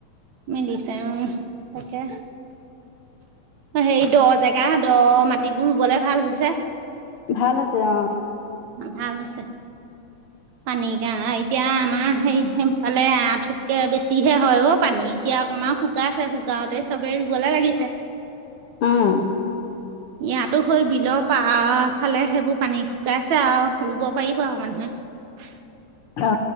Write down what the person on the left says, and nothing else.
ভাল হৈছে অ।
আহ
অ